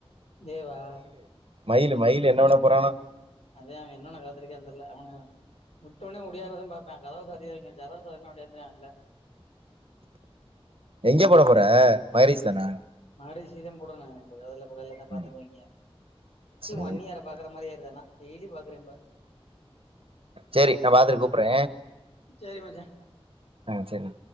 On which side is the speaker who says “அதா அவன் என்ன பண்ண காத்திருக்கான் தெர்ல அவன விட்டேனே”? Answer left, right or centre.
Left